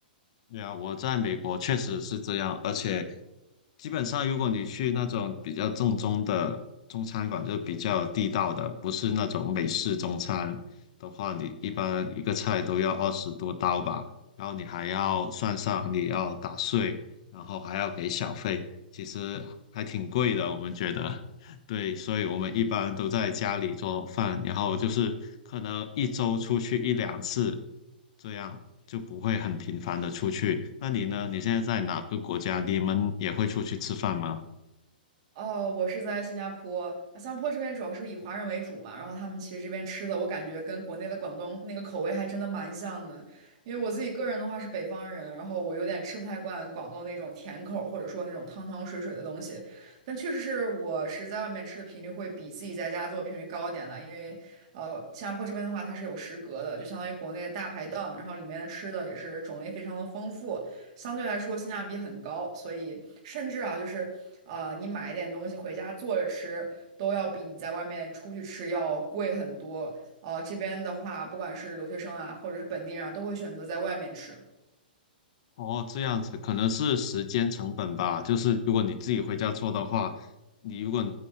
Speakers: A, on the left; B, on the right.
A: 对啊，我在美国确实是这样，而且基本上如果你去那种比较正宗的中餐馆，就是比较地道的，不是那种美式中餐的话，你一般一个菜都要二十多刀吧，然后你还要算上你要打碎，然后还要给小费，其实还挺贵的，我们觉得。<laughs> 对，所以我们一般都在家里做饭，然后就是可能一周出去一两次，这样就不会很频繁的出去。那你呢？你现在在哪个国家？你们也会出去吃饭吗？
B: 哦，我是在新加坡，啊新加坡这边主要是以华人为主嘛，然后他们其实这边吃的，我感觉跟国内的广东那个口味还真的蛮像的。因为我自己个人的话是北方人，然后我有点吃不太惯广东那种甜口儿或者说那种汤汤水水的东西，但确实是我是在外面吃的频率会比自己在家做的频率高一点了，因为呃，新加坡这边的话它是有食阁的，就相当于国内的大排档，然后里面的吃的也是种类非常的丰富。相对来说性价比很高，所以甚至啊，就是呃，你买一点东西回家做着吃，都要比你在外面出去吃要贵很多。呃，这边的话，不管是留学生啊，或者是本地人啊，都会选择在外面吃。
A: 哦，这样子可能是时间成本吧。就是如果你自己回家做的话，你如果